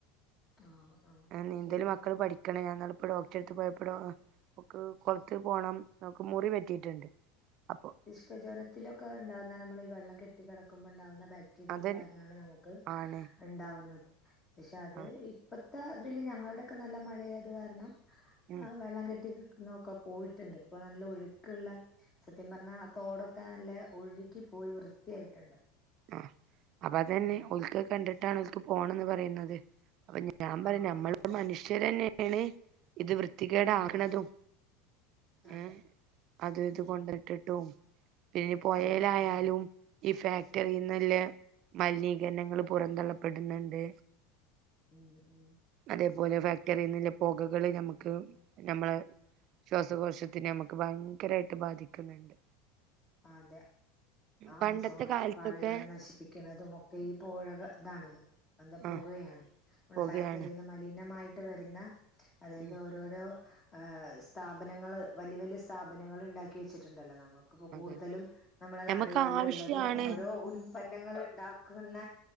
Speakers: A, on the left; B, on the right.
A: ആ ആ
B: ആഹ് നീന്തല്
A: ശരിയാ
B: മക്കള് പഠി ക്ക്ണ്. ഞാൻ ഇന്നാള് ഇപ്പോ ഡോക്ടറെടുത്ത് പോയപ്പോ, ഡോ ഓൾക് കൊളത്ത് പോണം. ഓൾക്ക് മുറി പറ്റിട്ടുണ്ട് അപ്പോ.
A: ക്ക ജ്വരത്തിലൊക്കെ ഇണ്ടാവുന്ന, നമ്മള് ഈ വെള്ളം കെട്ടി കടക്കുമ്പോണ്ടാവുന്ന ബാക് ക്ടിരിയകള്
B: അതന്നെ
A: കാരണാണ് നമുക്ക്
B: ആണ്
A: ഇണ്ടാവുന്നത്. പക്ഷേ അത്
B: ആഹ്
A: ഇപ്പ ത്ത ഇതില് ഞങ്ങളിവിടെയൊക്കെ നല്ല മഴയായത് കാരണം,
B: ഉം
A: ആ വെള്ളം കെട്ടി നോക്കും. പോയിട്ടുണ്ട് ഇപ്പ നല്ല ഒഴുക്ക്ള്ള സത്യം പറഞ്ഞാ, ആഹ് തോടൊക്കെ നല്ല ഒഴുകി പോയി വൃത്തിയായിട്ടുണ്ട്.
B: ആഹ്, അപ്പ അതന്നെ.
A: ഉം
B: ഒഴുക്കൊക്കെ കണ്ടിട്ടാണ് ഓൽക് പോണംന്ന് പറയുന്നത്. അപ്പ ഞ ഞാൻ പറയും,
A: ആഹ്
B: ഞമ്മള്
A: ആഹ്
B: മനുഷ്യരെന്നേണ് ഇത് വൃത്തികേടാകണതും,
A: ഉം അതെ
B: ഏഹ്, അത് ഇത്
A: ഉം
B: കൊണ്ട് ഇട്ടിട്ടും പിന്നെ പൊയേലായാലും
A: ഉം ഉം
B: ഈ ഫാക്ട് ട്ടറീന്ന്ള്ള മലിനീകരണങ്ങള് പുറം തള്ളപ്പെടുന്നുണ്ട്.
A: ഉം. ഉം
B: അതേപോലെ ഫാക്ടറിന്ന് ഇള്ള പൊകകള് ഞമുക്ക് ഞമ്മള് ശ്വാസകോശത്തിനെ ഞമ്മുക്ക് ഭയങ്കരായിട്ട് ബാധിക്കുന്നുണ്ട്.
A: അതെ, ആമസോൺ
B: പണ്ടത്തെ കാലത്തൊക്കെ
A: പാളി കളെ നശിപ്പിക്കണതും ഒക്കെ ഈ പോഴക ഇതാണ്. എന്താ
B: ആഹ്
A: പൊകയാണ്. നമ്മളെ
B: പൊകയാണ്
A: ഫാക്ടറീ മലിനമായിട്ട് വരുന്ന അതായത്
B: ഉം
A: ഓരോ ഓരോരോ ഏഹ് സ്ഥാപനങ്ങള് വല്യ വല്യ സ്ഥാപനങ്ങള് ഇണ്ടാക്കി വെച്ചിട്ടുണ്ടല്ലോ. നമുക്ക് കൂടുതലും
B: അതന്നെ
A: നമ്മുടെ നാടുകളില്ള്ളത്,
B: ഞമ്മക്ക് ആവശ്യാണ്
A: ഓരോ ഉൽപന്നങ്ങള് ഇണ്ടാക്കുന്ന